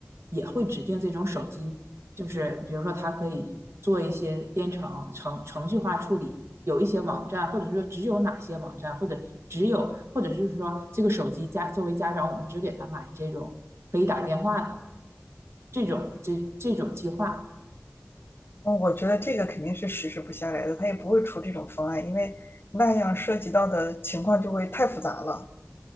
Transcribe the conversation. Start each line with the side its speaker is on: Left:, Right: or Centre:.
Right: 也会指定这种手机，就是比如说它可以做一些编程程程序化处理，有一些网站，或者是说只有哪些网站，或者只有或者就是说这个手机家作为家长，我们只给他买这种可以打电话的这种这这种计划。
Left: 嗯，我觉得这个肯定是实施不下来的，他也不会出这种方案，因为那样涉及到的情况就会太复杂了。